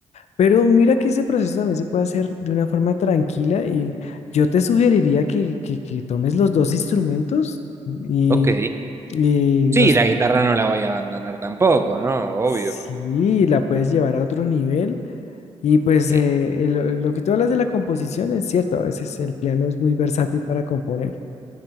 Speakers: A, on the left; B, on the right.
A: pero mira que ese proceso también se puede hacer de una forma tranquila y yo te sugeriría que, que, que tomes los dos instrumentos y,
B: Ok.
A: y
B: Sí,
A: los,
B: la guitarra no la voy a abandonar tampoco, ¿no? Obvio.
A: sí, la puedes llevar a otro nivel. Y pues
B: Ok.
A: eh, lo, lo que tú hablas de la composición es cierto, a veces el piano es muy versátil para componer.